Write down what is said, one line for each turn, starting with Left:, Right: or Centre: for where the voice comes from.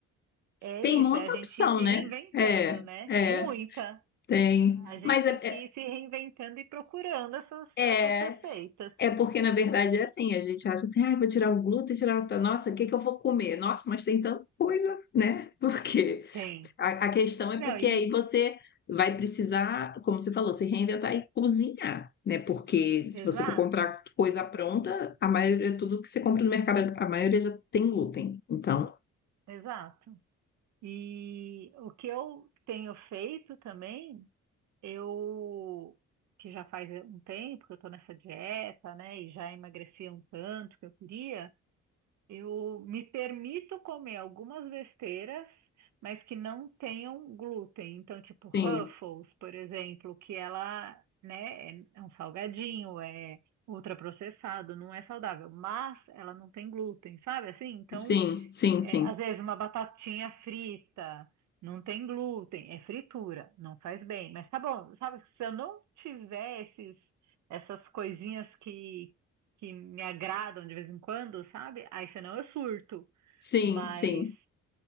Right: é
Left: Tem muita
Right: isso, é a gente
Left: opção,
Right: ir se
Left: né?
Right: reinventando,
Left: É,
Right: né?
Left: é,
Right: Muita.
Left: tem.
Right: A gente
Left: Mas
Right: tem
Left: é,
Right: que ir se reinventando e procurando essas,
Left: é,
Right: essas receitas.
Left: é é porque na verdade é assim, a gente acha assim, ai, vou tirar o glúten, tirar o... Nossa, o que que eu vou comer? Nossa, mas tem tanta coisa, né? <laughs> Por quê?
Right: Tem.
Left: A, a questão é
Right: Não,
Left: porque
Right: e
Left: aí você vai precisar, como você falou, se reinventar e cozinhar, né? Porque se
Right: exato,
Left: você for comprar coisa pronta, a maioria, tudo que você compra no mercado, a maioria já tem glúten. Então,
Right: exato. E o que eu tenho feito também, eu que já faz um tempo que eu estou nessa dieta, né, e já emagreci um tanto que eu queria. Eu me permito comer algumas besteiras, mas que não tenham glúten. Então, tipo, Ruffles,
Left: sim,
Right: por exemplo, que ela, né, é um salgadinho, é ultraprocessado, não é saudável, mas ela não tem glúten, sabe assim? Então,
Left: sim, sim,
Right: é,
Left: sim,
Right: às vezes uma batatinha frita, não tem glúten, é fritura, não faz bem. Mas tá bom, sabe, se eu não tiver esses, essas coisinhas que, que me agradam de vez em quando, sabe? Aí senão eu surto.
Left: sim,
Right: Mas
Left: sim.